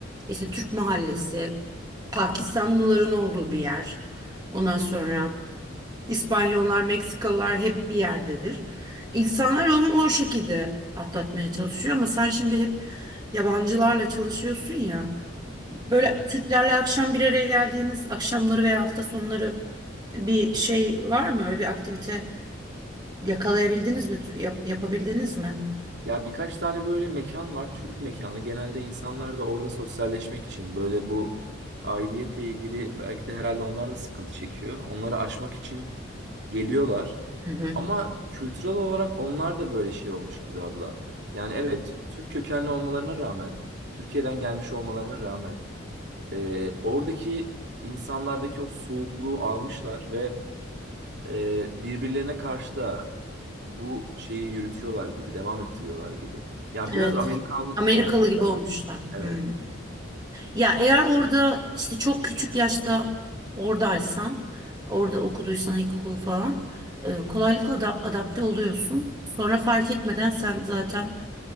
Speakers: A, on the right; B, on the right.
A: işte Türk mahallesi, Pakistanlıların olduğu bir yer. Ondan sonra İspanyollar, Meksikalılar hep bir yerdedir. İnsanlar onu o şekilde atlatmaya çalışıyor ama sen şimdi hep yabancılarla çalışıyorsun ya. Böyle
B: Evet.
A: Türklerle akşam bir araya geldiğiniz akşamları veya hafta sonları bir şey var mı? Öyle bir aktivite yakalayabildiniz mi? Yap- yapabildiniz mi?
B: Ya birkaç tane böyle mekan var. Türk mekanı. Genelde insanlar da orada sosyalleşmek için böyle bu aidiyetle ilgili belki de herhalde onlar da sıkıntı çekiyor. Onları aşmak için geliyorlar.
A: Hı hı.
B: Ama kültürel olarak onlar da böyle şey olmuş gibi abla. Yani evet Türk kökenli olmalarına rağmen, Türkiye'den gelmiş olmalarına rağmen e, oradaki insanlardaki o soğukluğu almışlar ve e, birbirlerine karşı da bu şeyi yürütüyorlar gibi, devam ettiriyorlar gibi. Ya
A: Evet.
B: biraz Amerikan
A: Amerikalı
B: olmuşlar
A: gibi olmuşlar.
B: gibi. Evet.
A: Hı. Ya eğer orada işte çok küçük yaşta oradaysan, orada okuduysan ilkokulu falan e, kolaylıkla da adapte oluyorsun. Sonra fark etmeden sen zaten